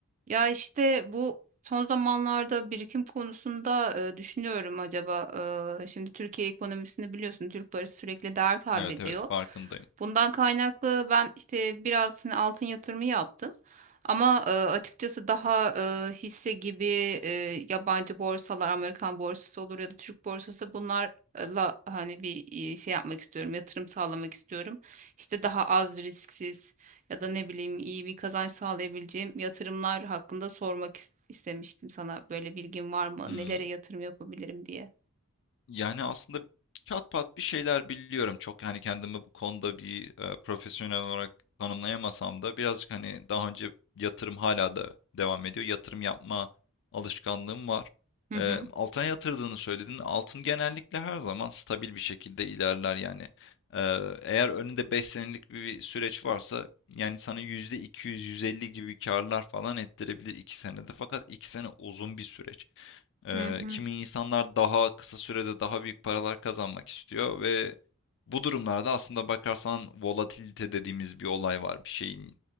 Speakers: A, on the right (about 35°); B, on the left (about 55°).
A: Ya işte bu son zamanlarda birikim konusunda e, düşünüyorum acaba. e, şimdi Türkiye ekonomisini biliyorsun, Türk parası sürekli değer kaybediyor.
B: Evet, evet farkındayım.
A: Bundan kaynaklı ben işte biraz hani altın yatırımı yaptım. Ama e, açıkçası daha e, hisse gibi e, yabancı borsalar, Amerikan borsası olur ya da Türk borsası bunlarla hani bir e, şey yapmak istiyorum, yatırım sağlamak istiyorum. İşte daha az risksiz ya da ne bileyim iyi bir kazanç sağlayabileceğim yatırımlar hakkında sormak is- istemiştim sana. Böyle bilgin var mı?
B: Hımm.
A: Nelere yatırım yapabilirim diye.
B: Yani, aslında çatpat bir şeyler biliyorum. Çok, hani, kendimi bu konuda bir, eee, profesyonel olarak tanımlayamasam da birazcık, hani, daha önce yatırım hala da devam ediyor. Yatırım yapma alışkanlığım var.
A: Hı hı.
B: Eee, altına yatırdığını söyledin. Altın genellikle her zaman stabil bir şekilde ilerler, yani. Eee, eğer önünde 5 senelik bir süreç varsa, yani, sana yüzde iki yüz yüz elli gibi karlar falan ettirebilir 2 senede. Fakat 2 sene uzun bir süreç. Eee,
A: Hı hı.
B: kimi insanlar daha kısa sürede daha büyük paralar kazanmak istiyor ve bu durumlarda aslında bakarsan volatilite dediğimiz bir olay var. Bir şeyin